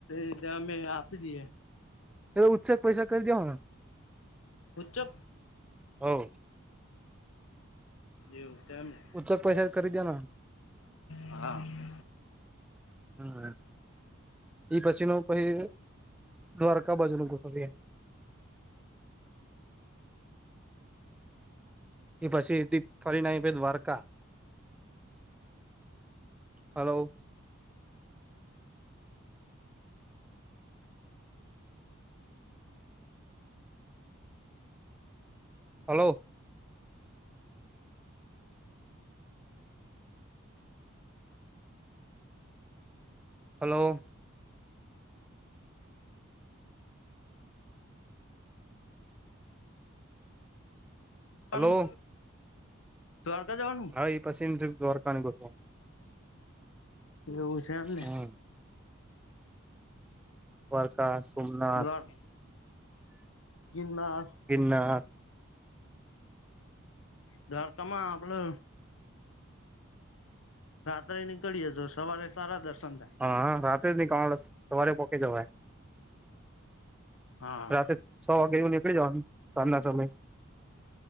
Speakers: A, on the left (about 75°); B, in the centre.
A: <inaudible> અમે આપી દઈએ.
B: એ ઉચેક પૈસા કરી દેવાનું?
A: ઉચ્ચક?
B: હ
A: એવું છે એમ ને?
B: ઉચ્ચક પૈસા કરી દે ને
A: હા
B: હમ એઈ પછી નું પછી, દ્વારકા બાજુ નુ ગુઠવીએ. એ પછી દિ ફરીને આયી Dwarka, hello! Hello? Hello!
A: વાનું
B: Hello
A: દ્વારકા જવાનું?
B: ઈ પછીની દ્વારકાનું ગોઠવવાનું.
A: એવું છે એમને?
B: હા દ્વારકા, સોમનાથ,
A: દ્વાર ગિરનાર
B: ગીરનાર
A: દ્વારકામાં આપડે રાત્રે નીકળીએજો સવારે સારા દર્શન થાય.
B: હ હ રાત ન કાર સવારે પોકે જવાય. <unintelligible>
A: હા
B: રાત્ર છ વાગે એવું નીકળી જવાનું સાંજના સમયે